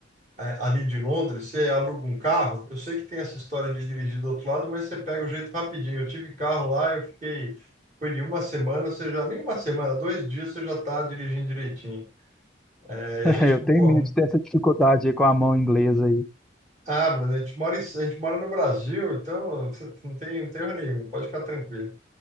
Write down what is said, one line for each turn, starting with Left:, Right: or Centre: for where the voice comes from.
Right: é, ali de Londres, você aluga um carro. Eu sei que tem essa história de dirigir do outro lado, mas você pega o jeito rapidinho. Eu tive carro lá, eu fiquei, foi de uma semana, você já nem uma semana, dois dias você já está dirigindo direitinho. É,
Centre: <laughs>
Right: a gente,
Centre: É, eu tenho
Right: pô,
Centre: medo de ter essa dificuldade aí com a mão inglesa aí.
Right: Ah, mas a gente mora, em- a gente mora no Brasil, então você não tem, não tem erro nenhum, pode ficar tranquilo.